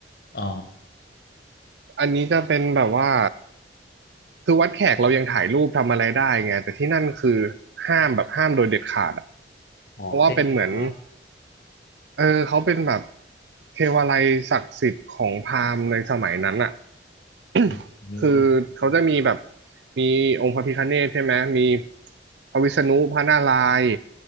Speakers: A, on the left; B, on the right.
A: อ๋อ
B: อันนี้จะเป็นแบบว่าคือวัดแขกเรายังถ่ายรูปทำอะไรได้ไงแต่ที่นั่นคือห้ามแบบห้ามโดยเด็ดขาดอะ
A: อ๋อโอเคใช่ป่ะ
B: เพราะว่าเป็นเหมือน เออเขาเป็นแบบเทวาลัยศักดิ์สิทธิ์ของพราหมณ์ในสมัยนั้นอ่ะ <coughs>
A: อืม
B: <clears throat> คือเขาจะมีแบบมีองค์พระพิฆเนศใช่ไหมมีพระวิษณุพระนารายณ์